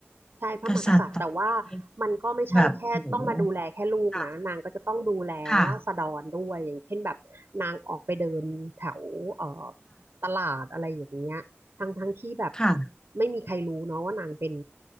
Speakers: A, on the right; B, on the left.
A: ใช่พระมหากษัตริย์แต่ว่า
B: กษัตริย์ต่อไป
A: มันก็ไม่ใช่แค่ต้องมาดูแลแค่ลูกนะนางก็จะต้องดูแลราษฎรด้วยอย่างเช่นแบบนางออกไปเดินแถวเอ่อ
B: แบบโอ้โหค่ะค่ะ
A: ตลาดอะไรอย่างเงี้ยทั้งทั้งที่แบบ
B: ค่ะ
A: ไม่มีใครรู้เนาะว่านางเป็น